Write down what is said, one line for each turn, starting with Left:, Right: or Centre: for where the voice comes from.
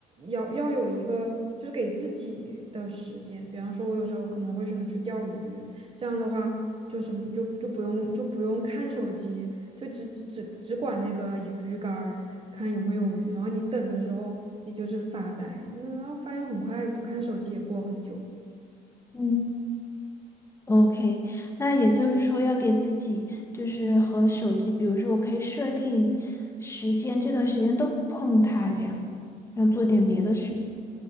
Right: 要要有一个就是给自己的时间。比方说，我有时候可能会选择去钓鱼，这样的话。就什么就就不用就不用看手机，就只只只只管那个鱼竿儿看有没有鱼，然后你等的时候也就是发呆，嗯然后发现很快不看手机也过很久。
Left: 嗯，OK，那也就是说要给自己就是和手机，比如说我可以设定时间，这段时间都不碰它，这样，然后做点别的事。